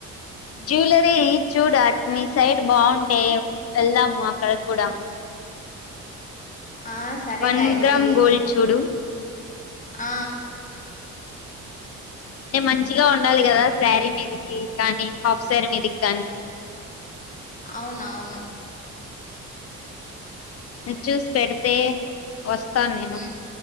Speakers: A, on the left; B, on the left.
A: జ్యువలరీ చూడు అటు మీ సైడ్ బాగుంటే వెళ్దాము అక్కడికి కూడా
B: ఆ సరే
A: వన్
B: గాయత్రి
A: గ్రామ్ గోల్డ్ చూడు
B: ఆ
A: అంటే మంచిగా ఉండాలి కదా శారీ మీదికి కానీ హాఫ్ శారీ మీదికి కానీ
B: అవునవును
A: నువ్ చూసి పెడితే వస్తాను నేను
B: మ్మ్